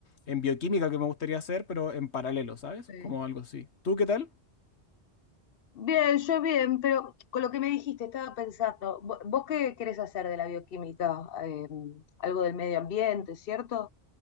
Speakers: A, on the left (about 85°); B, on the left (about 60°).
A: en bioquímica que me gustaría hacer, pero en paralelo, ¿sabes?
B: Sí.
A: Como algo así. ¿Tú qué tal?
B: Bien, yo bien, pero con lo que me dijiste estaba pensando, vo- ¿vos qué querés hacer de la bioquímica? Eh, algo del medio ambiente, ¿cierto?